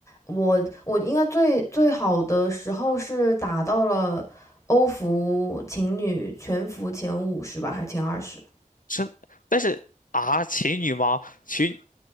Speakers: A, on the left; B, on the left.
A: 我我应该最最好的时候是打到了欧服情侣全服前五十吧，还是前二十？
B: 真，但是啊，琴女吗？琴，